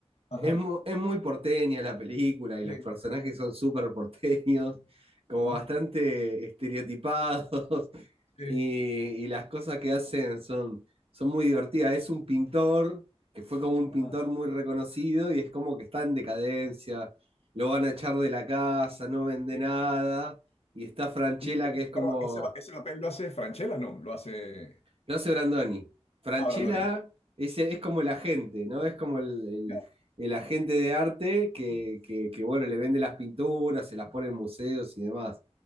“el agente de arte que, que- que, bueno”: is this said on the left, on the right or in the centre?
Right